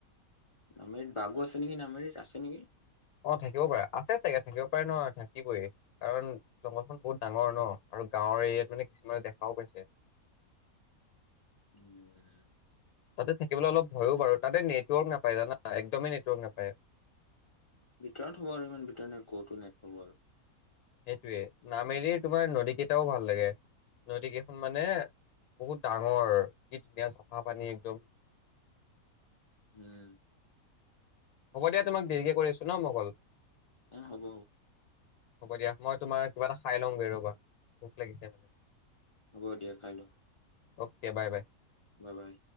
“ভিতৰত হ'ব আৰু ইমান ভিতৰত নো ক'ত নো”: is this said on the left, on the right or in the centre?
Left